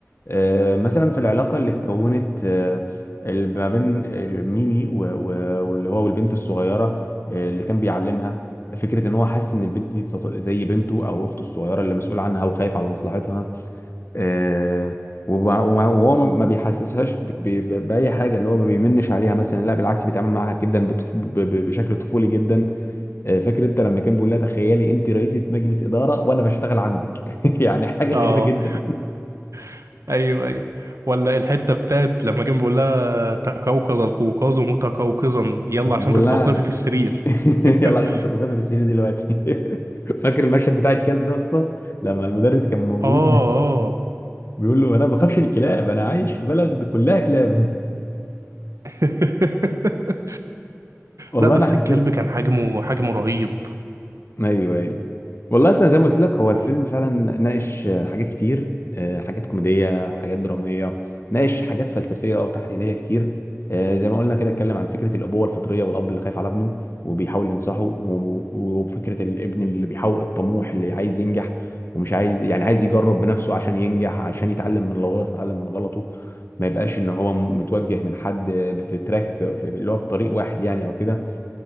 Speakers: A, on the left; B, on the right.
A: آه، مثلا في العلاقة اللي اتكونت آه، ال- ما بين آه، ميمي و- و- واللي هو والبنت الصغيرة آه، اللي كان بيعلمها فكرة ان هو حاسس ان البنت دي تط- زي بنته او اخته الصغيرة اللي مسؤول عنها وخايف على مصلحتها آه، وب- وما- وهو ما بيحسسهاش ب- ب- ب- بأي حاجة اللي هو ما بيمنش عليها مثلا لا بالعكس بيتعامل معاها جدا بطف- ب- ب- بشكل طفولي جدا آه، فاكر انت لما كان بيقول لها تخيلي انت رئيسة مجلس إدارة وانا بشتغل عندك <laughs> يعني حاجة
B: اه
A: غريبة جدا
B: <laughs> ايوه ايوه ولا الحته بتاعت لما كان بيقول لها تقوقظ القوقاز متقوقظا
A: <laughs>
B: يلا عشان
A: بقول
B: تتقوقظي
A: لها
B: في السرير
A: <laughs>
B: <laughs>
A: يلا عشان انت كوكاز في السرير دلوقتي <laughs> فاكر المشهد بتاع الكلب ده يا اسطى لما المدرس كان موجود
B: اه اه
A: بيقول له انا ما بخافش من الكلاب انا عايش في بلد كلها كلاب
B: <laughs>
A: <laughs> والله
B: لا بس
A: انا
B: الكلب
A: حسيت
B: كان حجمه حجمه رهيب
A: ايوه ايوه والله اصلا زي ما قلت لك هو الفيلم
B: و-
A: فعلا ناقش آه، حاجات كتير آه، حاجات كوميديه حاجات دراميه ناقش حاجات فلسفيه او تحليليه كتير آه، زي ما قلنا كده اتكلم عن فكره الابوه الفطريه والاب اللي خايف على ابنه وبيحاول ينصحه و- وفكره الابن اللي بيحاول الطموح اللي عايز ينجح ومش عايز يعني عايز يجرب بنفسه عشان ينجح عشان يتعلم من غلطه يتعلم من غلطه ما يبقاش ان هو متوجه من حد في تراك في اللي هو في طريق واحد يعني او كده